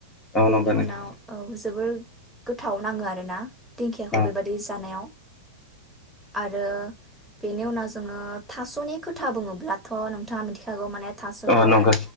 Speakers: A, on the left; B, in the centre.
A: औ
B: बेनि
A: नंगौ नोंथां
B: उनाव औ जोबोर गोथाव नाङो आरो ना? दिंखियाखौ
A: औ
B: बेबादि जानायाव आरो बेनि उनाव जोङो थास'नि खोथा बुङोब्लाथ' नोंथाङा मिथिखागौ माने थास'खौहाय
A: औ नंगौ